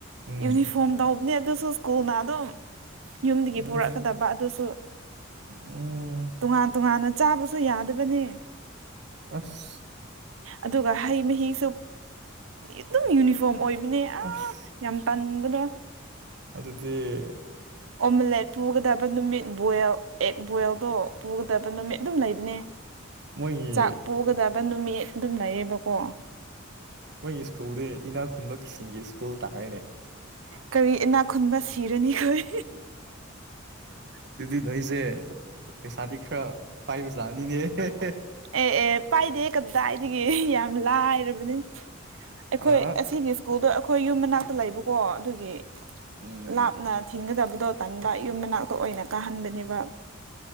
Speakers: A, on the right; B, on the right.
A: ꯎꯝ
B: ꯌꯨꯅꯤꯐꯣꯔꯝ ꯇꯧꯕꯅꯦ ꯑꯗꯨꯁꯨ ꯁ꯭ꯀꯨꯜꯅ ꯑꯗꯨꯝ ꯌꯨꯝꯗꯒꯤ
A: ꯎꯝ
B: ꯄꯨꯔꯛꯀꯗꯕ ꯑꯗꯨꯁꯨ
A: ꯎꯝ
B: ꯇꯣꯉꯥꯟ ꯇꯣꯉꯥꯟꯅ ꯆꯥꯕꯁꯨ ꯌꯥꯗꯕꯅꯦ
A: ꯑꯁ
B: ꯑꯗꯨꯒ ꯍꯩ ꯃꯍꯤꯁꯨ ꯑꯗꯨꯝ ꯌꯨꯅꯤꯐꯣꯔꯝ ꯑꯣꯏꯕꯅꯦ ꯑꯥ
A: ꯑꯁ
B: ꯌꯥꯝ ꯄꯥꯟꯕꯗꯣ
A: ꯑꯗꯨꯗꯗꯤ
B: ꯑꯣꯝꯂꯦꯠ ꯄꯨꯒꯗꯕ ꯅꯨꯃꯤꯠ ꯕꯜ ꯑꯦꯛ ꯕꯜꯗꯣ ꯄꯨꯒꯗꯕ ꯅꯨꯃꯤꯠ ꯑꯗꯨꯝ ꯂꯩꯕꯅꯦ
A: ꯃꯣꯏꯒꯤ
B: ꯆꯥꯛ ꯄꯨꯒꯗꯕ ꯅꯨꯃꯤꯠ ꯑꯗꯨꯝ ꯂꯩꯌꯦꯕꯀꯣ
A: ꯃꯣꯏꯒꯤ ꯁ꯭ꯀꯨꯜꯗꯤ ꯏꯅꯥꯛ ꯈꯨꯟꯕ ꯀꯁꯤꯡꯒꯤ ꯁ꯭ꯀꯨꯜ ꯇꯥꯔꯦꯅꯦ
B: ꯀꯔꯤ ꯏꯅꯥꯛ ꯈꯨꯨꯟꯕ ꯁꯤꯔꯅꯤ ꯀꯣꯏ
A: ꯑꯗꯨꯗꯤ ꯅꯣꯏꯁꯦ ꯄꯩꯁꯥꯗꯤ ꯈꯔ ꯄꯥꯏꯕꯖꯥꯠꯅꯤꯅꯦ ꯎ
B: ꯑꯦ ꯑꯦ ꯄꯥꯏꯗꯦ ꯀꯝꯗꯥꯏꯗꯒꯤ ꯌꯥꯝ ꯂꯥꯏꯔꯕꯅꯤ ꯑꯩꯈꯣꯏ
A: ꯑ
B: ꯑꯁꯤꯒꯤ ꯁ꯭ꯀꯨꯜꯗꯣ ꯑꯩꯈꯣꯏ ꯌꯨꯝ ꯃꯅꯥꯛꯇ ꯂꯩꯕꯀꯣ ꯑꯗꯨꯒꯤ
A: ꯎꯝ
B: ꯂꯥꯞꯅ ꯊꯤꯟꯒꯗꯕꯗꯣ ꯇꯟꯕ ꯌꯨꯝ ꯃꯅꯥꯛꯇ ꯑꯣꯏꯅ ꯀꯥꯍꯟꯕꯅꯦꯕ